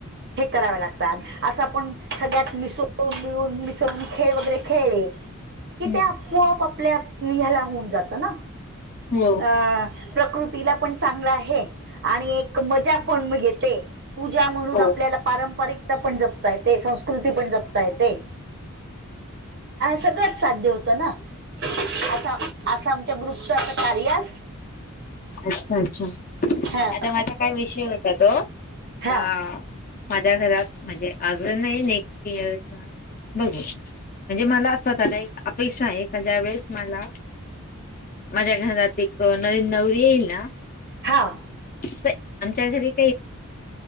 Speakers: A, on the right; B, on the left.
A: हे कराव्या लागतात,, असं आपण सगळ्यात मिसळून, मिळून मिसळून खेळ वगैरे खेळले,, कि
B: हम्म
A: ते आपोआप आपल्या, ह्याला होऊन जातं ना.
B: हो,
A: अ प्रकृतीला पण चांगलं आहे, आणि एक मजा पण मग घेते,, पूजा म्हणून
B: हो
A: आपल्याला पारंपरिकता पण जपता येते संस्कृती पण जपता येते. सगळंच साध्य होतं ना, अस असं आमच्या ग्रुपचऽ सारयाऽ
B: अच्छा अच्छा,,
A: हा
B: आता माझा काय विषय होता तोऽ
A: हा
B: का माझ्या घरात, म्हणजे अजून नाही, नेक्स्ट इयरऽ बघू,, म्हणजे मला असवतःला एक अपेक्षा आहे ज्या वेळेस मलाऽ माझ्या घरात एक नवीन नवरी येईल ना,,
A: हां,
B: तर आमच्या घरी काहीऽ